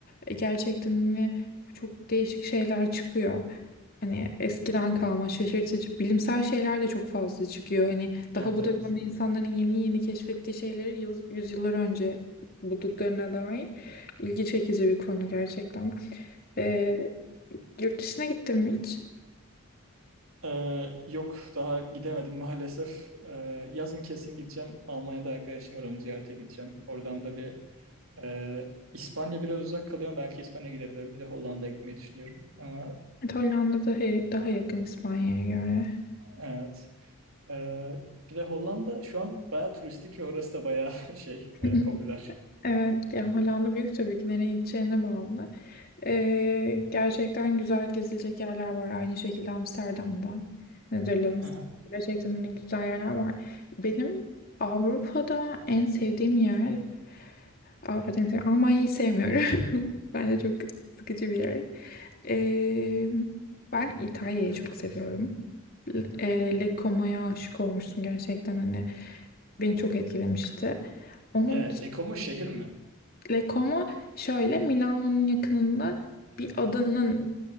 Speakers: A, on the left (about 45°); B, on the right (about 70°).
A: e, gerçekten hani çok değişik şeyler çıkıyor. Hani eskiden kalma şaşırtıcı bilimsel şeyler de çok fazla çıkıyor. Hani
B: Evet
A: daha bu
B: evet.
A: dönemde insanların yeni yeni keşfettiği şeyleri yıl, yüzyıllar önce bulduklarına dair ilgi çekici bir konu gerçekten. Ee, yurt dışına gittin mi hiç?
B: Ee, yok daha gidemedim maalesef. Ee, yazın kesin gideceğim. Almanya'da arkadaşım var onu ziyarete gideceğim. Oradan da bir e, İspanya biraz uzak kalıyor ama belki İspanya'ya gidebilirim. Bir de Hollanda'ya gitmeyi düşünüyorum. Ama
A: Evet, Hollanda daha, daha yakın İspanya'ya göre.
B: evet. Ee, bir de Hollanda şu an bayağı turistik ve orası da bayağı <laughs> şey
A: <laughs>
B: e, popüler.
A: Evet, yani Hollanda büyük tabii ki nereye gideceğine bağlı. Ee, gerçekten güzel gezilecek yerler var. Aynı şekilde Amsterdam'da, Netherlands.
B: Hı hı.
A: Gerçekten hani güzel yerler var. Benim Avrupa'da en sevdiğim yer, Avrupa'da en sevdiğim, Almanya'yı sevmiyorum. <laughs> Bence çok sıkıcı bir yer. Ee, ben İtalya'yı çok seviyorum. L- E, Le Como'ya aşık olmuştum gerçekten hani beni çok etkilemişti. Onun
B: Ee, Leko mu şehir mi?
A: Lecomo şöyle Milano'nun yakınında bir adanın